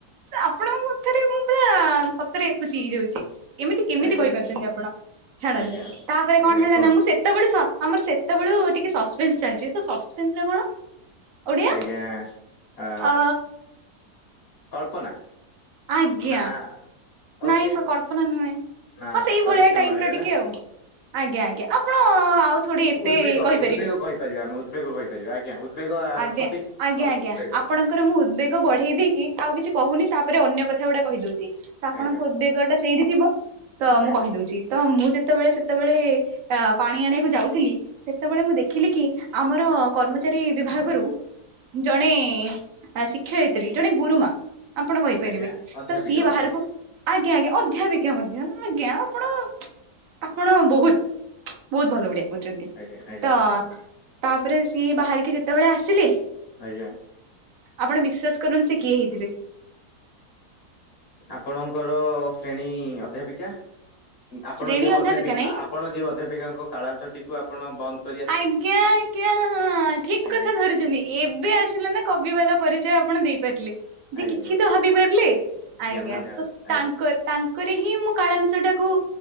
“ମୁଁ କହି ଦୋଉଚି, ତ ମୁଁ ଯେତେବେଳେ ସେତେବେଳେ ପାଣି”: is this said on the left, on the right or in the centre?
Right